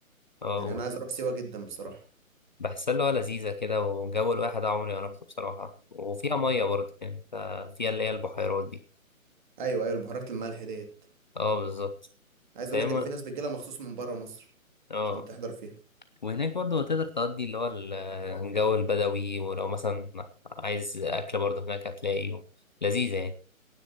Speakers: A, on the left; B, on the right.
A: آه،
B: يعني انا عايز اروح سيوه جدا بصراحه
A: بحسها اللي هو لذيذة كده وجو الواحد عمري ما رحته بصراحة وفيها مية برضه يعني انت فيها اللي هي البحيرات دي
B: ايوه ايوه البهارات الملح ديت
A: اه بالظبط
B: عايز اقول
A: فاهم
B: لك ان في ناس بتجيلها مخصوص من بره مصر
A: اه
B: عشان تحضر فيها
A: وهناك برضه تقدر تقضي اللي هو ال- الجو البدوي ولو مثلا عايز أكل برضه هناك هتلاقيه لذيذة يعني